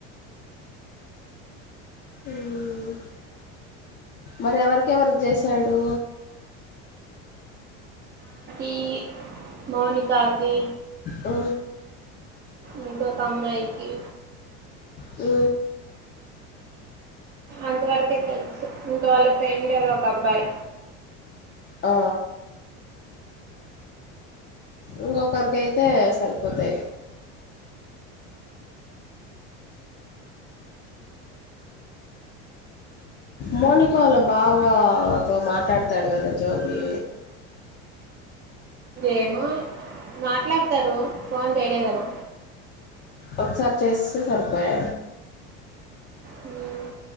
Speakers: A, on the left; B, on the right.
A: హ్మ్ మరి ఎవరికెవరికి జెసాడు
B: ఈ మౌనికాకి
A: ఆ
B: ఇంకొక అమ్మాయికి
A: ఆ
B: అంత వరకే తెలుసు ఇంక వాళ్ళ ఫ్రెండ్ ఎవరో ఒక అబ్బాయి
A: ఆ ఇంకొకరికి అయితే సరిపోతాయి మోనిక వాళ బావాతో మాట్లాడతాడు కదా జోగీ
B: ఏమో మాట్లాడతారు ఫోన్ చేయలేదేమో
A: ఒకసారి చేస్తే సరిపోయ
B: హ్మ్.